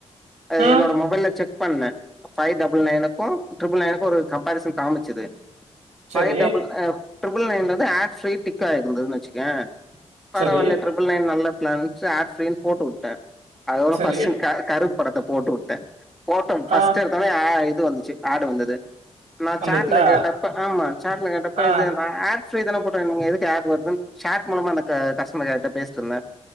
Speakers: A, in the centre; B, on the right (about 65°).
A: அ
B: ம்
A: என்னோட மொபைல செக் பண்ணே ஃபை டபுள் நைன் க்கு ட்ரிபிள் நைனுக்கு ஒரு கம்பாரிசன் காமிச்சது ஃபை
B: சரி,
A: டபுள் ஆ ட்ரிபிள் நயன்ல வந்து ஆட் ஃப்ரீ டிக் ஆயிருந்துதுன்னு வச்சிக்கே பரவாலே
B: சரி,
A: ட்ரிபிள் நயன் நல்ல பிளான் சோ ஆட் ஃப்ரீன் போட்டு வுட்டே அதோட
B: சரி.
A: ஃபஸ் க கருப்பு படத்த போட்டு உட்டே போட்ட ஃபஸ்ட்டு
B: ஆ
A: எடுத்தொன்னே ஆ இது வந்துச்சு ஆட் வந்துது நா
B: வந்துடுதா?
A: சாட்ல கேட்டப்ப ஆமா சாட்ல கேட்டப்ப
B: ஆ
A: இது ப்ப ஆட் ஃப்ரீ தான போட்டே நீங்க எதுக்கு ஆட் வருதுன் சாட் மூலமா அந்த க கஸ்டமர் கேர்ட்ட பேசிட்ருந்தே